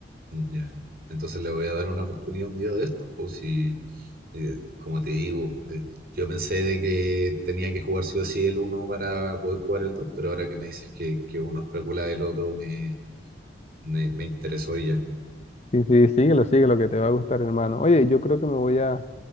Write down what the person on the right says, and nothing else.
Mm, Ya. Entonces le voy a dar una oportunidad un día de estos, pues si, eh, como te digo, eh, yo pensé de que tenía que jugar sí o sí el uno para poder jugar el 2 pero ahora que me dices que, que uno es precuela del otro, me, me, me interesó y ya.